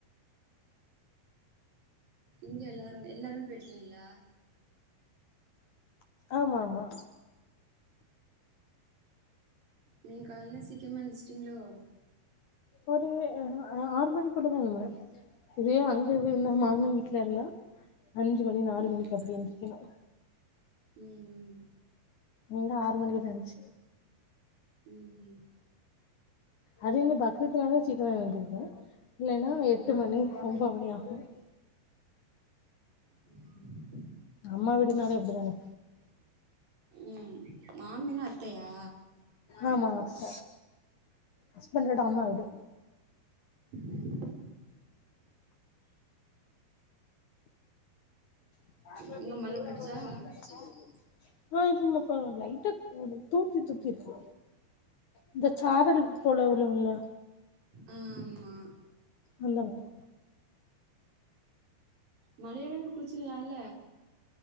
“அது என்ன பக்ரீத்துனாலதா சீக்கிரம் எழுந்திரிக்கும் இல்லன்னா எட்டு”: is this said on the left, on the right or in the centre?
Left